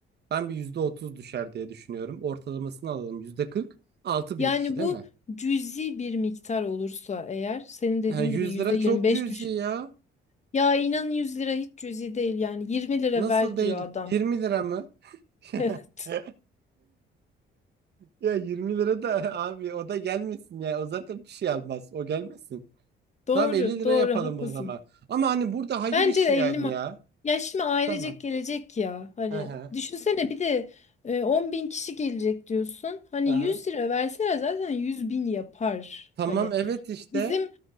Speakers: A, on the right; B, on the left.
A: Ben bir %30 düşer diye düşünüyorum. Ortalamasını alalım yüzde kırk. Altı
B: yani
A: bin kişi değil
B: bu
A: mi?
B: cüzi bir miktar olursa eğer senin dediğin
A: Ha, 100
B: gibi %25
A: lira çok cüzi
B: düşün.
A: ya.
B: Ya inan 100 lira hiç cüzi değil yani 20 lira
A: Nasıl
B: ver
A: değil?
B: diyor adam.
A: 20 lira mı? <laughs>
B: <laughs> Evet
A: Ya 20 lira da <laughs> abi o da gelmesin ya. O zaten bir şey almaz. O gelmesin.
B: doğru
A: Tamam 50 lira
B: doğru
A: yapalım
B: haklısın.
A: o zaman. Ama hani burada hayır
B: Bence
A: işi
B: de
A: yani
B: 50 ma-
A: ya.
B: Ya şimdi ailecek
A: Tamam.
B: gelecek ya. Hani
A: Hı hı.
B: düşünsene bir de e, 10 bin kişi gelecek diyorsun. Hani
A: Hı
B: 100
A: hı.
B: lira verseler zaten 100 bin yapar.
A: Tamam
B: Hani
A: evet işte.
B: bizim